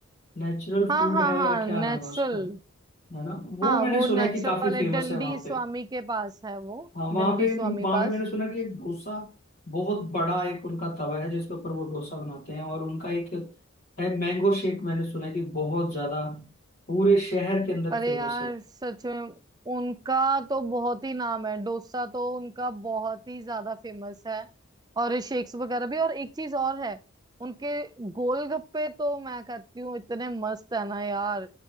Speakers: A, on the left (about 45°); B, on the right (about 20°).
A: नेचुरल
B: हाँ
A: फूड
B: हाँ
A: है
B: हाँ
A: या क्या
B: नेचुरल
A: नाम है उसका है ना वो
B: हाँ
A: मैंने
B: वो
A: सुना
B: नेचुरल
A: है कि काफी
B: वाले
A: फेमस
B: डंडी
A: है वहां
B: स्वामी
A: पे
B: के पास है वो
A: हाँ वहां
B: डंडी
A: पे
B: स्वामी
A: वहां
B: पास
A: पे मैंने सुना कि एक डोसा बहुत बड़ा एक उनका तवा है जिसके ऊपर वो डोसा बनाते हैं और उनका एक है मैंगो शेक मैंने सुना है कि बहुत ज्यादा पूरे शहर के अंदर
B: अरे
A: फेमस
B: यार
A: है
B: सच में उनका तो बहुत ही नाम है डोसा तो उनका बहुत ही ज्यादा फेमस है और शेक्स वगैरह भी और एक चीज और है उनके गोलगप्पे तो मैं कहती हूँ इतने मस्त है ना यार